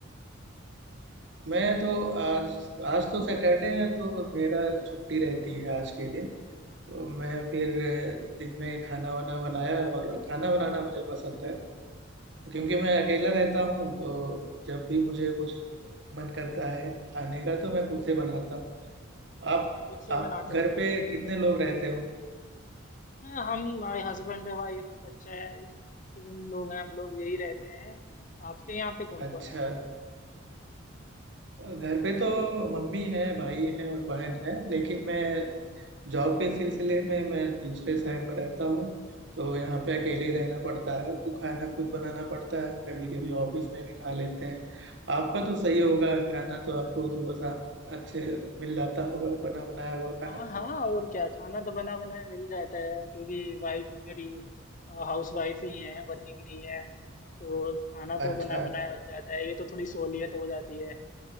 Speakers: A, on the right (about 60°); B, on the left (about 40°).
A: मैं तो आज आज तो सैटरडे है तो मेरा छुट्टी रहती है आज के दिन तो मैं फिर अ, दिन में खाना वाना बनाया और खाना बनाना मुझे पसंद है क्योंकि मैं
B: ए,
A: अकेला रहता हूँ तो जब भी मुझे कुछ मन करता है खाने का तो मैं खुद से बनाता हूँ आप
B: खुद से
A: आप
B: बनाते
A: घर
B: हैं
A: पे कितने लोग रहते हो
B: हाँ हम हमारे हस्बैंड है भाई एक बच्चा है तीन लोग हैं हम लोग यही रहते हैं आपके यहाँ पे कौन
A: अच्छा
B: कौन है
A: घर पे तो मम्मी है भाई है और बहन है लेकिन मैं जॉब के सिलसिले में मैं दूसरे शहर में रहता हूँ तो यहाँ पे अकेले ही रहना पड़ता है तो खाना खुद बनाना पड़ता है कभी कभी ऑफिस में भी खा लेते हैं आपका तो सही होगा खाना तो आपको सुबह शाम अच्छे मिल जाता होगा बना बनाया हुआ खाना
B: हाँ हाँ और क्या खाना तो बना बनाया मिल जाता है क्योंकि वाइफ मेरी हाउस वाइफ ही है वर्किंग नहीं है तो खाना तो
A: अच्छा
B: बना बनाया मिल जाता है ये तो थोड़ी सहूलियत हो जाती है